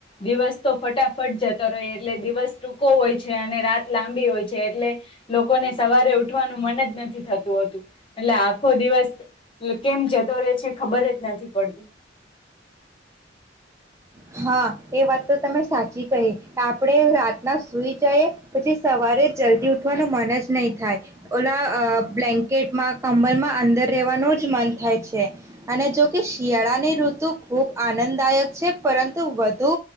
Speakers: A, on the left; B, on the right.
A: દિવસ તો ફટાફટ જતો રહે એટલે દિવસ ટૂંકો હોય છે. અને રાત લાંબી હોય છે. એટલે લોકોને સવારે ઉઠવાનું મન જ નથી થતું હોતું. એટલે આખો દિવસ કેમ જતો રહે છે ખબર જ નથી પડતી.
B: હાં એ વાત તો તમે સાચી કહી આપણેે ના સુઈ જઈએ પછી સવારે જલ્દી ઉઠવાનું મન જ નહીં થાય, ઓલા બ્લેન્કેટમાં કંબલમાં અંદર રહેવાનું જ મન થાય છે. અને જોકે શિયાળાની ઋતુ ખૂબ આનંદદાયક છે. પરંતુ વધુ